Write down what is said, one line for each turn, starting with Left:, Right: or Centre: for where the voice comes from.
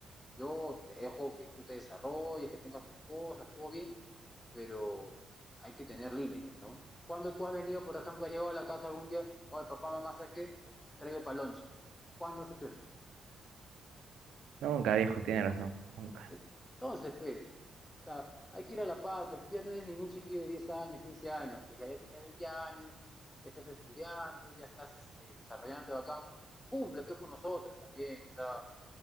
Left: Yo te dejo que tú te desarrolles, que tengas tus cosas, todo bien, pero hay que tener límites, ¿no? Cuando tú has venido, por ejemplo, has llegado a la casa algún día, oye, papá, mamá, ¿sabes qué? Te traigo palonche cuando se cruza.
Right: Nunca, viejo, tiene razón. Nunca.
Left: Entonces, pues, o sea, hay que ir a la par, pues tú ya no eres ningún chiquillo de 10 años, 15 años, pues ya, ya tienes 20 años, ya estás estudiando, ya estás este, desarrollándote bacán, cumple pues con nosotros también, o sea,